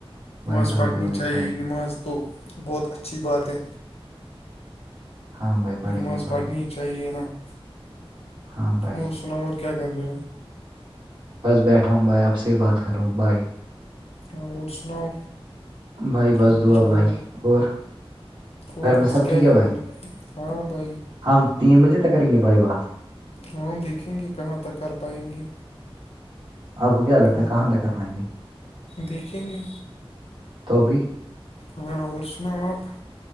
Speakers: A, on the left (about 85°); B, on the right (about 50°).
A: نماز
B: بھائی غلطی
A: پڑنی
B: ہوگئی
A: چاہیے
B: پڑھیں
A: نماز تو <unintelligible> بہت اچھی بات ہے
B: ہاں بھائی پڑھیں
A: ناذ
B: گے پڑھیں
A: پڑنی
B: گے
A: <unintelligible> چاہیے نا <unintelligible>
B: ہاں بھائی
A: اور سناؤ اور کیا کر رہے ہو
B: بس بیٹھا ہوں بھائی آپ سے ہی بات کر رہا ہوں بھائی
A: ہاں اور سناؤ
B: بھائی بس
A: اور
B: دعا
A: کچھ بولو
B: بھائی اور
A: اور
B: گھر میں
A: بس
B: سب
A: کیا
B: ٹھیک ہے
A: ہی
B: بھائی
A: بول ہاں بھائی
B: ہم تین بجے تک کریں گے بائی بات <unintelligible>
A: وہاں دیکھیں گے کہاں تک کر پائیں گے
B: آپ کو کیا لگتا
A: اور
B: ہے کہاں تک کر پائیں گے
A: دیکھیں گے
B: تو بھی
A: ہاں اور سناؤ آپ